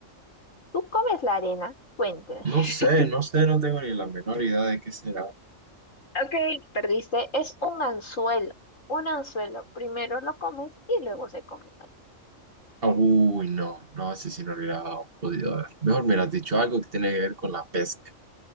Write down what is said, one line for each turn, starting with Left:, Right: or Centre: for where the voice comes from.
Left: ¿Tú comes la arena? Cuénteme.
Right: No sé,
Left: <laughs>
Right: no sé, no tengo ni la menor idea de qué será.
Left: Ok, perdiste. Es un anzuelo. Un anzuelo. Primero lo comes y luego se comen.
Right: Uy, no, no, ese sí no lo hubiera podido ver. Mejor me hubieras dicho algo que tiene que ver con la pesca.